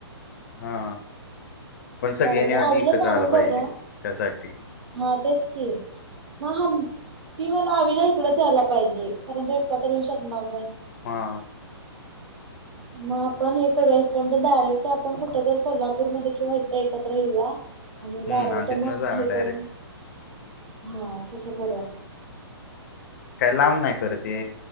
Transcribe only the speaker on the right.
चालतंय
आवीला
सांगून
बघूया
हा तेच की मग हम्पि मला आवीला इकडंचं यायला पाहिजे कारण तो एकटा तर येऊ शकणार नाही
मग आपण हे करूया ईकंड डायरेक्ट आपण कुठ तर कोल्हापूरमध्ये किंवा इथं एकत्र येऊया आणि
डायरेक्ट
मग
हे
करून हा तसं करूया